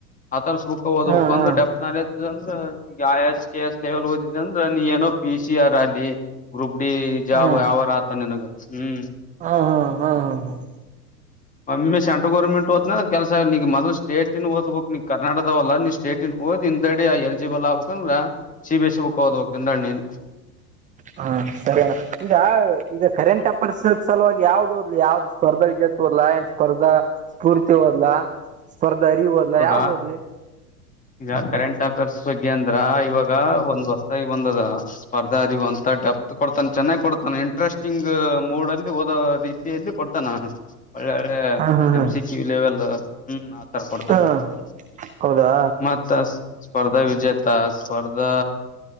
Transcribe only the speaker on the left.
ಆತರ್ಸ್ ಬುಕ್ ಓದಬೇಕು
ಒಂದ ಡೆಫತ್ ನಾಲೆಜ್ ಅಂದ್ರ ಈಗ I S K S level ಓದಿದ್ರೆ ನೀ ಏನೋ ಪಿ ಸಿ ಆರ್ ಅಲ್ಲಿ ಗ್ರೂಪ್ ಡಿ ಜಾಬ್
ಯಾವಾರ ಆತ ನನ್ಗ ಹ್ಮ್
ಒಮ್ಮೆ ಸೆಂಟರ್ ಗೌರ್ಮೆಂಟ್ ಹೋತೀನಿ ಅಂದ್ರೆ ಕೆಲಸ ಈಗ ಮೊದ್ಲ ಸ್ಟೇಟಿನ ಓದ್ಬೇಕ್ ನೀ ಕರ್ಟಕದವಲ್ಲ ನೀ ಸ್ಟೇಟಿ ಓದ್ ಹಿಂದಡಿ ಎಲ್ಜಿಬಲ್ ಆಗ್ಬೇಕ ಅಂದ್ರ ಸಿ ಬಿ ಸಿ ಬುಕ್ ಹೋದ್ಬೇಕ್ ನೀನೆ
ಇವಾಗ
ಈಗ ಕರೆಂಟ್ ಅಫೇರ್ಸ್ ಬಗ್ಗೆ ಅಂದ್ರ ಇವಾ ಗ ಒಂದ್ ಹೊಸ್ದಾಗ್ ಬಂದದ ಸ್ಪರ್ಧಾ ಅರಿವು ಅಂತ ಡೆಪ್ತ್ ಕೊಡ್ತಾನ ಚೆನ್ನಾಗ್ ಕೊಡ್ತಾನ ಇಂಟ್ರೆಸ್ಟಿಂಗ್ ಮೂಡಲ್ಲಿ ಓದೋ ರೀತಿಯಲ್ಲಿ ಕೊಡ್ತಾನ. ಒಳ್ಳೆ ಒಳ್ಳೆ
<unintelligible>
ಲೆವೆಲ್ ಹ್ಮ ಆತರ. <unintelligible>
ಸ್ಪರ್ಧಾ ವಿಜೇತ ಸ್ಪರ್ಧಾ